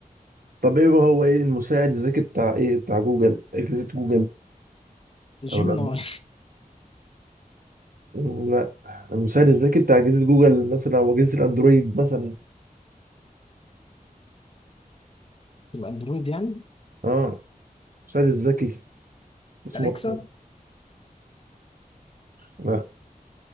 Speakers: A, on the right (about 70°); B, on the left (about 40°).
A: طب إيه هو إيه المساعد الذكي بتاع إيه بتاع جوجل أجهزة جوجل
B: جيميناي
A: أو لا مم، لا المساعد الذكي بتاع أجهزة جوجل مثلا أو أجهزة الأندرويد مثلا
B: <laughs> الاندرويد يعني
A: اه المساعد الذكي اسمه
B: اليكسا
A: لا